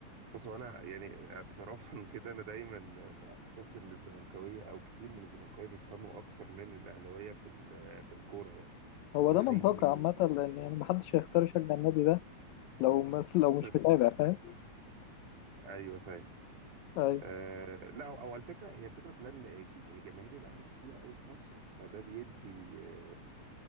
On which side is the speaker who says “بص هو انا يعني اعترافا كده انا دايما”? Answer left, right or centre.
Right